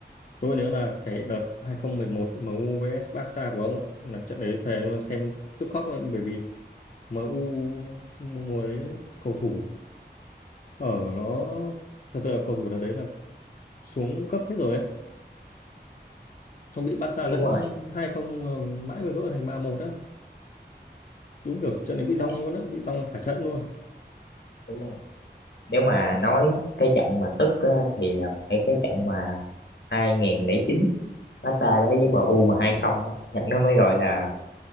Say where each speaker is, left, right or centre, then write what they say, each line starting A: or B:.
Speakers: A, on the left; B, on the left.
A: tôi còn nhớ là cái đợt 2011 MU vs Barca của ông ạ là trận đấy thề luôn xem tức khóc luôn bởi vì MU mùa mùa đấy cầu thủ ở nó thật sự là cầu thủ đợt đấy là xuống cấp hết rồi ấy không bị Barca
B: đúng
A: dẫn
B: rồi
A: hai không mãi mới gỡ thành ba một á đúng kiểu trận này bị rong
B: tại
A: luôn á bị rong cả trận luôn
B: đúng rồi nếu mà nói cái trận mà tức á, thì là phải cái trận mà 2009 Barca đấy với em u mà hai không á trận nó mới gọi là